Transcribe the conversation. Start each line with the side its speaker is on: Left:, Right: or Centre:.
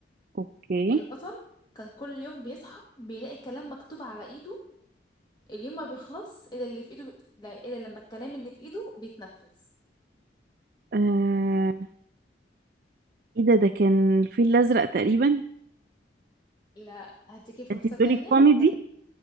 Right: اوكي
Left: البطل كان كل يوم بيصحى بيلاقي كلام مكتوب على إيده اليوم ما بيخلص الا اللي في ايده بي... لا الا لما الكلام اللي في ايده بيتنفذ
Right: آه... ايه ده ده كان الفيل الازرق تقريبا
Left: لا هديكي فرصة
Right: انت بتقولي
Left: تانية
Right: كوميدي
Left: كان